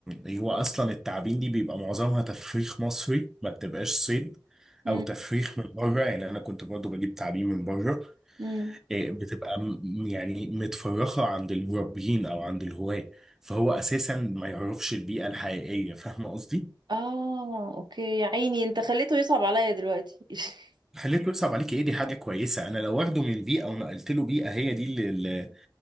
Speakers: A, in the centre; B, on the right.
A: هو اصلا التعابين دي بيبقى معظمها تفريخ مصري ما بتبقاش صيد
B: امم
A: او تفريخ من بره يعني انا كنت برضو بجيب تعابين من بره
B: امم
A: آه، بتبقى م- يعني متفرخة عند المربيين أو عند الهواة فهو أساسا ما يعرفش البيئة الحقيقية فاهمة قصدي؟
B: اه اوكي يا عيني انت خليته يصعب عليا دلوقتي <laughs>
A: خليته يصعب عليك ايه دي حاجة كويسة أنا لو واخده من بيئة ونقلت له بيئة هي دي اللي اللي